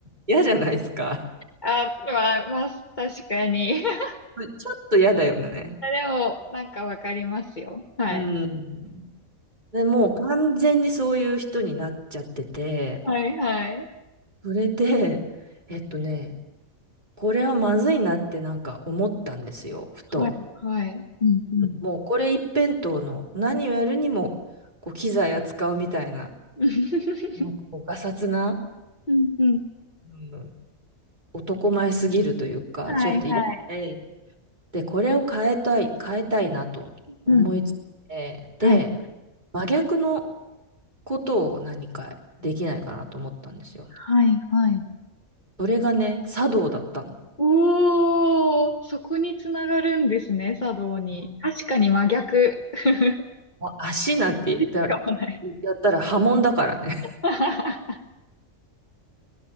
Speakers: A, on the right (about 35°); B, on the left (about 35°).
A: 嫌じゃないですか。
B: あ、まあ、まあ、確かに。<laughs>
A: ちょっと嫌だよね。
B: でも、なんかわかりますよ。はい。
A: うん。で、もう完全にそういう人になっちゃってて、
B: はいはい。
A: それで、えっとね、これはまずいなってなんか思ったんですよ、ふと。
B: はいはい。うんうん。
A: もうこれ一辺倒の何をやるにもこう機材扱うみたいな、
B: <laughs>
A: なんかこうがさつな、
B: うんうん。
A: うん、男前すぎるというか、
B: はいはい。
A: ちょっと嫌で、で、これを変えたい、変えたいなと思いついて、
B: うん。
A: で、
B: はい。
A: 真逆のことを何かできないかなと思ったんですよ。
B: はいはい。
A: それがね、茶道だったの。
B: おー、そこにつながるんですね、茶道に。
A: うん
B: 確かに真逆。<laughs>
A: もう足なんて言ったら、
B: 使かもない。
A: やったら波紋だからね。
B: <laughs>